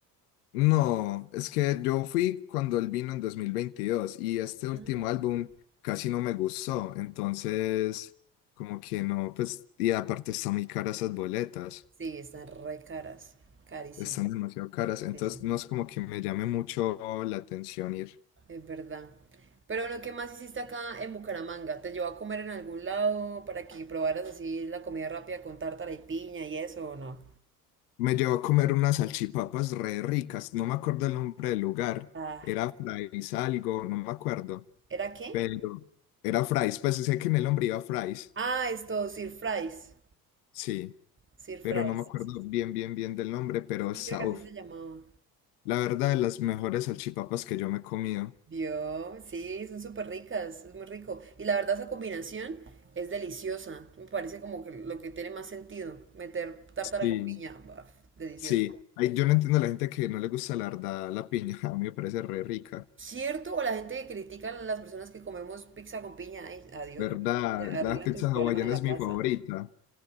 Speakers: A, on the left; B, on the right.
A: No, es que yo fui cuando él vino en 2022 y este último
B: Ah,
A: álbum casi no me gustó, entonces como que no, pues, y aparte están muy caras esas boletas,
B: Sí, están re caras, carísimo,
A: están demasiado caras, entonces
B: carísimo.
A: no es como que me llame mucho la atención ir.
B: Es verdad. Pero bueno, ¿qué más hiciste acá en Bucaramanga? ¿Te llevó a comer en algún lado para que probaras así la comida rápida con tártara y piña y eso o no?
A: Me llevó a comer unas salchipapas re ricas, no me acuerdo el nombre del lugar,
B: ah
A: era Fry's algo, no me acuerdo,
B: ¿Era qué?
A: pero era Fry's, pues sé que en el nombre iba Fry's.
B: Ah, esto, Sir Fries.
A: Sí,
B: Sir Fries,
A: pero no me acuerdo
B: sí, sí. Sí,
A: bien, bien, bien del nombre, pero
B: Sí,
A: esa,
B: creo que así
A: uf,
B: se llamaba.
A: la verdad, de las mejores salchipapas que yo me he comido.
B: Vio, sí, son súper ricas, es muy rico. Y la verdad esa combinación es deliciosa. Me parece como que lo que tiene más sentido, meter tártara
A: Sí,
B: con piña. baf, delicioso.
A: sí. Ay, yo no entiendo a la gente que no le gusta la verdad, la piña, <laughs> a mí me parece re rica.
B: ¿Cierto? O la gente que critica a las personas que comemos pizza con piña. Ay, adiós,
A: ¿Verdad?
B: amigo. Arregla
A: La pizza
B: tus problemas
A: hawaiana
B: en la
A: es mi
B: casa.
A: favorita,